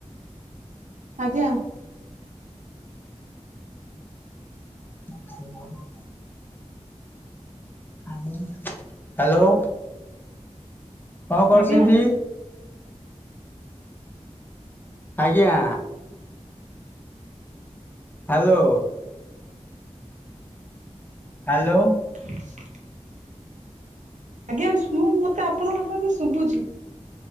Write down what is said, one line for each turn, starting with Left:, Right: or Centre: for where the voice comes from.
Right: ଆଜ୍ଞା।
Left: <inaudible> ହାଲୋ। ହାଲୋ। କଣ କରୁଛନ୍ତି?
Right: ଆଜ୍ଞା
Left: ଆଜ୍ଞା। ହ୍ୟାଲୋ। ହାଲୋ।
Right: <inaudible> ଆଜ୍ଞା ମୁଁ ମତେ ଆପଣଙ୍କ କଥା ଶୁଭୁଛି